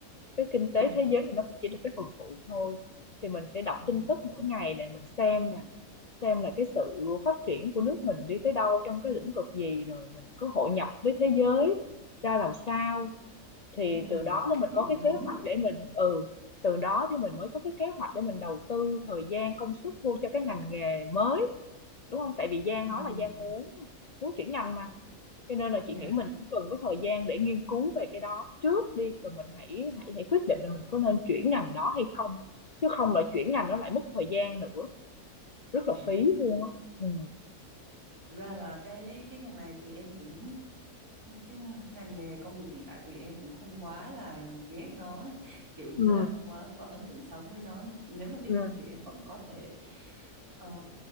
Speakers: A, on the left (about 50°); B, on the right (about 75°).
A: cái kinh tế
B: Ừm,
A: thế giới thì nó cũng chỉ là cái phần phụ thôi thì mình sẽ đọc
B: yeah.
A: tin tức mỗi ngày để mình xem nè xem là cái sự phát triển của nước mình đi tới đâu trong cái lĩnh vực gì rồi mình có hội nhập với thế giới ra làm sao thì
B: Ừm,
A: từ đó nên mình
B: chị
A: có
B: nói
A: cái
B: đúng
A: kế hoạch
B: á.
A: để mình ừ từ đó thì mình mới có cái kế hoạch để mình đầu tư thời gian công sức vô cho cái ngành nghề mới đúng không tại vì Giang
B: Ừm,
A: nói là Giang muốn muốn chuyển ngành mà cho nên là
B: dạ,
A: chị nghĩ mình cũng cần có thời gian để nghiên cứu về cái đó trước đi rồi mình hãy hãy hãy quyết định là mình có nên chuyển ngành đó hay không. Chứ không là chuyển ngành nó lại mất thời gian nữa, rất
B: dạ.
A: là phí luôn á. Ừ.
B: Thực ra là cái cái ngành này thì em cũng cái ngành nghề công việc hiện tại thì em cũng không quá là ghét nó ấy. <laughs> Kiểu như
A: ừ
B: là không quá có ấn tượng xấu với nó. Nếu mà tiếp
A: ừ
B: tục thì em vẫn có thể ờ,